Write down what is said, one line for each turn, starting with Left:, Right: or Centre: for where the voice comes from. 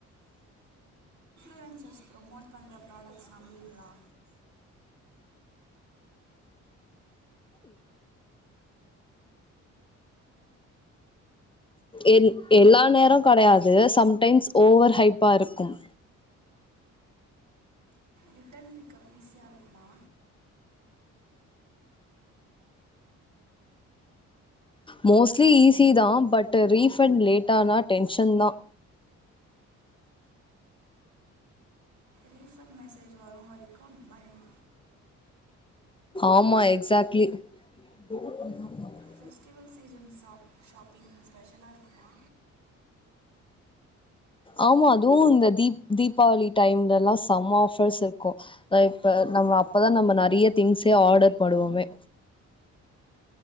Right: <unintelligible> ன்ஜஸ் promote பண்ற ப்ராடக்ட்ஸ் நம்புவீங்களா
Left: எல் எல்லா நேரோ கடயாது சம்டைம்ஸ் ஓவர் ஹைப்பா இருக்கும்
Right: ரிட்டன் பிக்கப் ஈஸியா இருக்குமா
Left: மோஸ்ட்லி ஈஸி தா பட்டு ரீஃபண்ட் லேட்டானா டென்ஷன் தா
Right: ரீஃபண்ட் மெசேஜ் வரு வரைக்கு பயம்
Left: ஆமா எக்ஸாக்ட்லி <inaudible>
Right: ஃபெஸ்டிவல் சீசன் சாப் ஷாப்பிங் ஸ்பெஷலா இருக்குமா
Left: ஆமா அதுவு இந்த தீப் தீபாவளி டைம்லல்லா செம ஆஃபர்ஸ் இருக்கு அ இப்ப நம்ம அப்பதா நம்ம நெறைய திங்ஸ்ஸே ஆடர் போடுவோமே